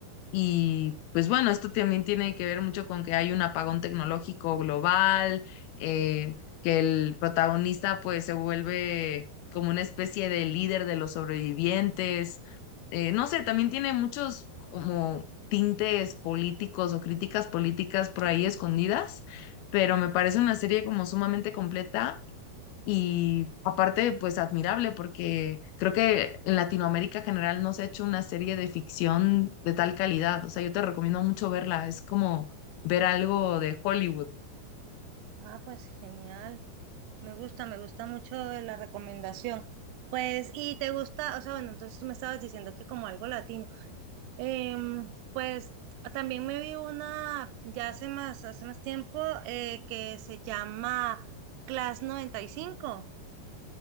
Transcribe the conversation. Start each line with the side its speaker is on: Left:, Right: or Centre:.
Left: Y pues bueno, esto también tiene que ver mucho con que hay un apagón tecnológico global, eh, que el protagonista pues se vuelve como una especie de líder de los sobrevivientes. Eh, no sé, también tiene muchos como tintes políticos o críticas políticas por ahí escondidas, pero me parece una serie como sumamente completa y aparte, pues admirable, porque creo que en Latinoamérica en general no se ha hecho una serie de ficción de tal calidad. O sea, yo te recomiendo mucho verla. Es como ver algo de Hollywood.
Right: Ah, pues genial. Me gusta, me gusta mucho la recomendación. Pues, y te gusta, o sea, bueno, entonces tú me estabas diciendo que como algo latino. Em, pues también me vi una ya hace más, hace más tiempo eh, que se llama Class noventa y cinco.